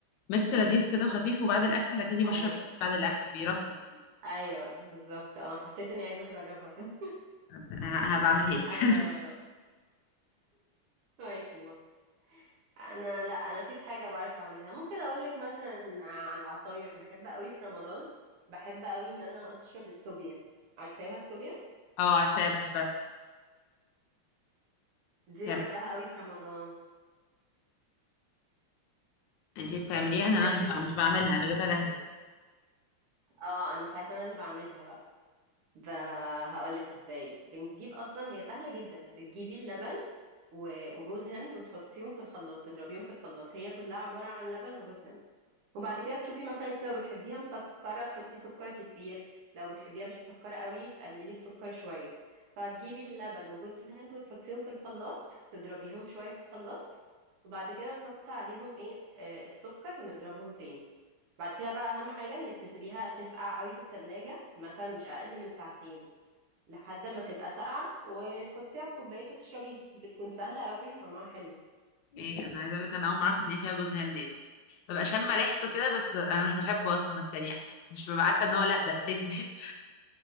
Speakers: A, on the left; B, on the right.
A: ميكس لذيذ كده وخفيف وبعد الاكل لكني
B: ايوه
A: بشرب بعد الاكل بيرطب
B: ايوه بالظبط اه حسيت اني عايزه اجربها <laughs>
A: ه- هبعملها لك
B: انا ماشي ما انا لا انا مفيش حاجه بعرف اعملها ممكن اقول لك مثلا عن العصاير بحب قوي في رمضان بحب قوي ان انا اشرب السوبيا عارفاها السوبيا
A: <laughs> اه عارفاها بحبها
B: دي
A: بتعمل-
B: بحبها قوي في رمضان
A: انتي بتعمليها انا
B: دي
A: أنا
B: احنا
A: مش بع- مش بعملها انا بجيبها جاهزة
B: اه انا ساعتها انا اللي بعملها بقى ب... هقول لك ازاي بنجيب اصلا هي سهله جدا بتجيبي اللبن و- وجوز هند وتحطيهم في الخلاط تضربيهم في الخلاط هي كلها عباره عن لبن وجوز هند وبعد كده تشوفي مثلا انت لو بتحبيها مسكره تحطي سكر كتير لو بتحبيها مش مسكره قوي تقللي السكر شويه فهتجيبي اللبن وجوز الهند وتحطيهم في الخلاط تضربيهم شويه في الخلاط وبعد كده نحط عليهم ايه آه السكر ونضربهم تاني بعد كده بقى اهم حاجه انك تسيبيها تسقع قوي في التلاجة مثلا مش اقل من ساعتين لحد ما تبقى ساقعه وتحطيها في كوبايه وتشربيها بتكون سهله قوي طعمها حلو
A: ايه انا عايزة اقول لك انا اول ما اعرف ان هي فيها جوز هند يعني ببقى شامة ريحته كده بس انا مش بحبه اصلا بس يعني مش ببقى عارفه ان هو لا ده اساسي